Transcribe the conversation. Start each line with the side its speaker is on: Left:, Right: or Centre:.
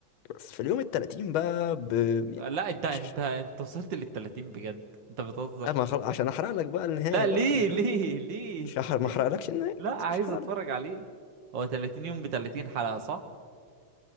Left: بس في اليوم ال 30 بقى ب... يعني
Right: لا انت انت
Left: مش...
Right: انت وصلت للتلاتين بجد انت بتهزر
Left: أما خل... عشان أحرق لك بقى النهاية
Right: لا ليه
Left: بقى فمش
Right: ليه
Left: ه-
Right: ليه
Left: مش هحرق
Right: ليه
Left: ما أحرقلكش النهاية
Right: لا
Left: خلاص
Right: عايز
Left: مش هحرق
Right: اتفرج
Left: لك
Right: عليه هو 30 يوم ب 30 حلقة صح